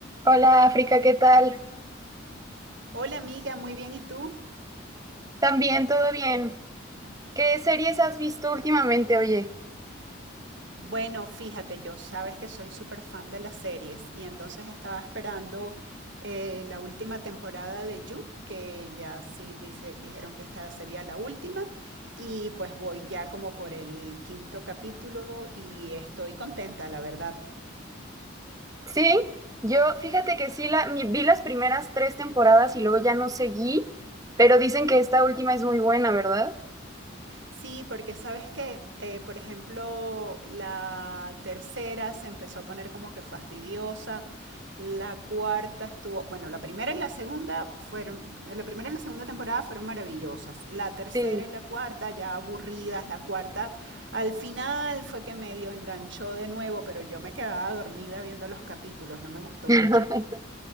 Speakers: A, on the right; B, on the right.
A: Hola África, ¿qué tal?
B: Hola amiga, muy bien, ¿y tú?
A: También todo bien. ¿Qué series has visto últimamente, oye?
B: Bueno, fíjate, yo sabes que soy súper fan de las series y entonces estaba esperando eh, la última temporada de You, que ya sí dice, dijeron que esta sería la última y pues voy ya como por el quinto capítulo y estoy contenta, la verdad.
A: Sí, yo fíjate que sí la, mi- vi las primeras tres temporadas y luego ya no seguí, pero dicen que esta última es muy buena, ¿verdad?
B: Sí, porque sabes que, eh, por ejemplo, la tercera se empezó a poner como que fastidiosa, la cuarta estuvo, bueno, la primera y la segunda fueron, la primera y la segunda temporada fueron maravillosas, la tercera
A: Sí.
B: y la cuarta ya aburridas, la cuarta al final fue que medio enganchó de nuevo, pero yo me quedaba dormida viendo los capítulos, no me gustó
A: <laughs>
B: mucho.